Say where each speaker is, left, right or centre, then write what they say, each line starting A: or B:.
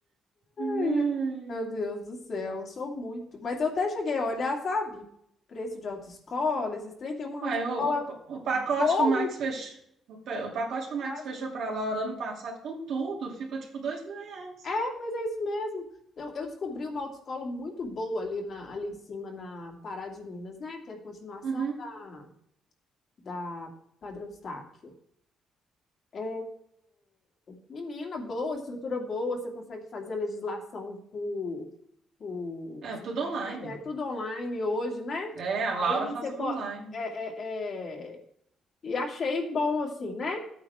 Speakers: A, on the right; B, on the left.
A: Hum.
B: Ai, ai, Meu Deus do céu, eu sou muito. Mas eu até cheguei a olhar, sabe? Preço de autoescola, esses trem, tem uma autoescola
A: Uai, o, o, pa- o pacote
B: boa
A: que o Max fechou, o, pe- o
B: aqui
A: pacote
B: perto
A: que
B: de
A: o Max
B: casa.
A: fechou para Laura ano passado, com tudo, ficou tipo dois mil reais.
B: É, mas é isso mesmo. Eu, eu descobri uma autoescola muito boa ali, na, ali em cima, na Pará de Minas, né? Que é a continuação
A: Uhum.
B: da, da Padre Eustáquio. É, menina boa, estrutura boa, você consegue fazer a legislação por, por...
A: É, tudo online.
B: É tudo online hoje, né?
A: É, a Laura
B: Aí
A: faz
B: você
A: tudo
B: pode.
A: online.
B: É, é, é... E achei bom, assim, né?